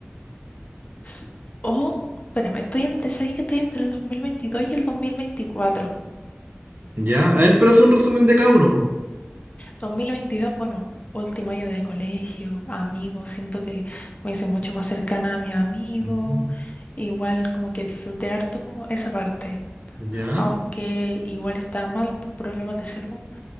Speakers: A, on the left; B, on the right.
A: S- O, espérame, estoy entre, ¿sabes que estoy entre el 2022 y el dos Dos mil veinticuatro.
B: ¿Ya? A ver, pero haz un resumen de cada uno, po.
A: dos mil veintidós, bueno, último año de colegio, amigos, siento que me hice mucho más cercana a mis amigos,
B: Ujú.
A: igual como que disfruté harto como esa parte.
B: ¿Ya?
A: aunque igual estaba mal por problemas de salud.